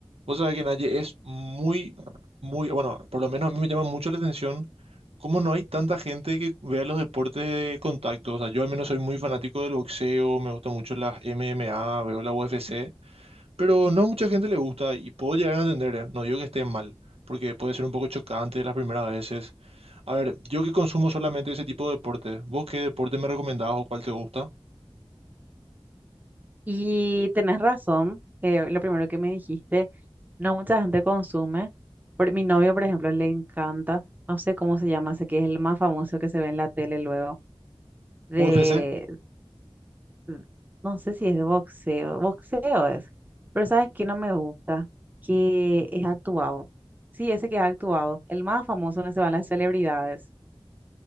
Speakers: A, on the right; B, on the right.
A: Vos sabés que Naye es muy, muy, bueno, por lo menos a mí me llama mucho la atención cómo no hay tanta gente que vea los deportes de contacto. O sea, yo al menos soy muy fanático del boxeo, me gusta mucho las MMA, veo la UFC, pero no a mucha gente le gusta y puedo llegar a entender, ¿eh? No digo que esté mal, porque puede ser un poco chocante las primeras veces. A ver, yo que consumo solamente ese tipo de deportes, ¿vos qué deporte me recomendabas o cuál te gusta?
B: Y tenés razón, eh, lo primero que me dijiste, no mucha gente consume. Por- mi novio, por ejemplo, le encanta, no sé cómo se llama, sé que es el más famoso que se ve en la tele luego, de,
A: ¿UFC?
B: de- no sé si es de boxeo, boxeo es, pero ¿sabes qué no me gusta? Que es actuado. Sí, ese que es actuado, el más famoso donde se van las celebridades.